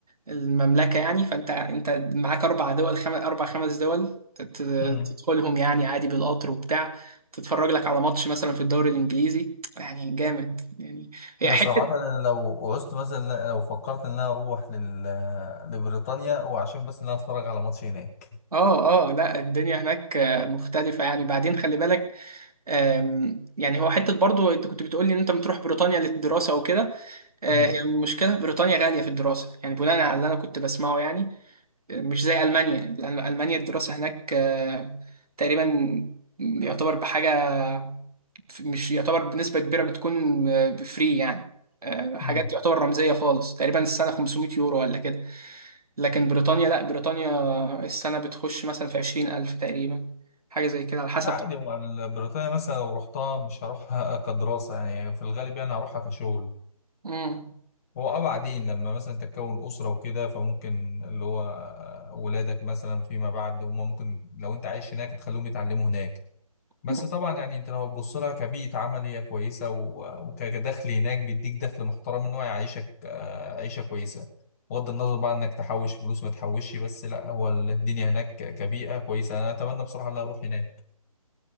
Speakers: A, on the right; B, on the left.
A: المملكه يعني فانت انت معاك اربع دول خم... اربع خمس دول تت-
B: مم.
A: تدخلهم يعني عادي بالقطر وبتاع تتفرج لك على ماتش مثلا في الدوري الانجليزي يعني جامد يعني هي
B: لا
A: حته
B: صراحة أنا لو عوزت مثلا لو فكرت إن أنا أروح لل... لبريطانيا وعشان بس إن أنا أتفرج على ماتش هناك
A: اه اه لا الدنيا هناك آه، مختلفة يعني بعدين خلي بالك آم، يعني هو حتة برضو انت كنت بتقولي ان انت بتروح بريطانيا للدراسة وكده آه،
B: مم.
A: هي المشكلة في بريطانيا غالية في الدراسة يعني بناء على اللي أنا كنت بسمعه يعني آه، مش زي ألمانيا لأن ألمانيا الدراسة هناك آه، تقريبا يعتبر بحاجة مش يعتبر بنسبة كبيرة بتكون فري يعني آه، حاجات
B: مم.
A: يعتبر رمزية خالص تقريبا السنة 500 يورو ولا كده لكن بريطانيا لا بريطانيا السنة بتخش مثلا في 20000 تقريبا حاجة زي كده على حسب
B: لا عادي
A: طبعا
B: ما بريطانيا مثلا لو رحتها مش هروحها كدراسة يعني في الغالب يعني هروحها كشغل
A: مم.
B: هو اه بعدين لما مثلا تكون أسرة وكده فممكن اللي هو ولادك مثلا فيما بعد هما ممكن لو أنت عايش هناك تخليهم يتعلموا هناك بس
A: مم.
B: طبعا يعني انت لو هتبص لها كبيئة عمل هي كويسة و- وكدخل هناك بيديك دخل محترم ان هو يعيشك آه، عيشة كويسة بغض النظر بقى انك تحوش فلوس ما تحوشش بس لا هو الدنيا هناك كبيئة كويسة انا اتمنى بصراحة ان أنا اروح هناك